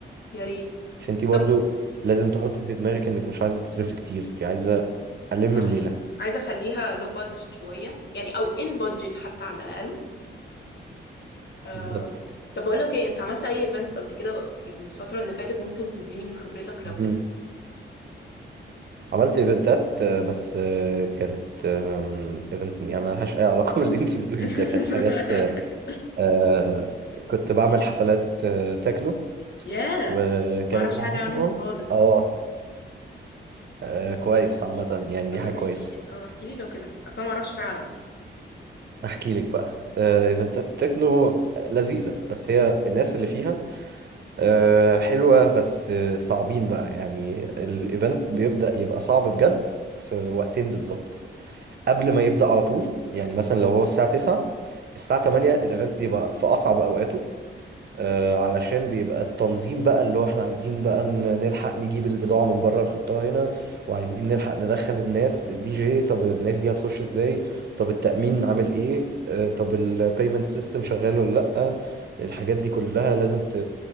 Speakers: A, on the left; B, on the right.
A: يا ريت
B: عشان انت برضو
A: طب
B: لازم تحطي في دماغك انك مش عايزه تصرفي كتير انت عايزه الم
A: صح
B: الليله
A: عايزة اخليها لو بادجت شوية يعني او ان بادجت حتى على الأقل آه
B: بالظبط
A: طب بقول لك ايه انت عملت اي ايفنتس قبل كده يعني الفترة اللي فاتت ممكن تديني من خبرتك
B: مم.
A: لو كده
B: عملت ايفنتات آه، بس آه، كانت آم، ايفنت يعني ملهاش اي علاقه <laughs> باللي انت بتقوليه
A: <laughs>
B: ده كانت حاجات آه، كنت بعمل حفلات آه، تكنو
A: ياه
B: وكانت
A: معرفش
B: موضوعها
A: حاجة عنهم خالص
B: اه آه، كويس عامه يعني دي
A: طب ما
B: حاجه
A: تحكي
B: كويسه
A: لي اه احكي لي لو كده اصلا ما اعرفش فعلا
B: احكي لك بقى آه، ايفنتات تكنو لذيذه بس هي الناس اللي فيها آه، حلوه بس آه، صعبين بقى يعني الايفنت بيبدا يبقى صعب بجد في وقتين بالظبط قبل ما يبدأ على طول يعني مثلا لو هو الساعة 9 الساعة 8 الايفنت بيبقى في أصعب أوقاته آه، علشان بيبقى التنظيم بقى اللي هو احنا عايزين بقى ن- نلحق نجيب البضاعة من بره نحطها هنا وعايزين نلحق ندخل الناس الدي جي طب الناس دي هتخش ازاي طب التأمين عامل ايه آه، طب البيمنت سيستم شغال ولا لأ الحاجات دي كلها لازم ت-